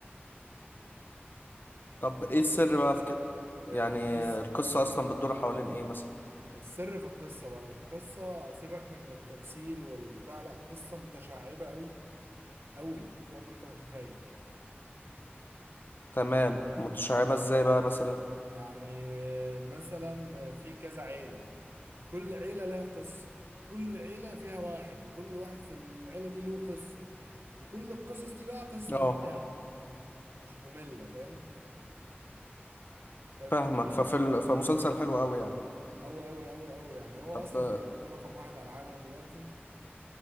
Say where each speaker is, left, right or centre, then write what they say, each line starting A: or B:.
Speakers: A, on the left; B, on the right.
A: طب ايه السر بقى في كده
B: آه،
A: يعني
B: القصة
A: القصة أصلا بتدور حوالين إيه مثلا
B: السر في القصة بقى القصة سيبك من التمثيل والبتاع لا قصة متشعبة قوي قوي فوق ما انت متخيل
A: تمام متشعبة
B: و-
A: إزاي بقى مثلا
B: يعني آه، مثلا في كذا عيلة كل عيلة لها قصة وكل عيلة فيها واحد وكل واحد في العيلة دي له قصة وكل القصص دي بقى قصص ممتعة
A: اه
B: مش مملة فاهم فاهم
A: فاهمك
B: قصدي؟
A: ففي ال... فمسلسل حلو أوي يعني
B: أوي أوي أوي أوي يعني هو
A: طب
B: أصلا تقريبا رقم واحد على العالم دلوقتي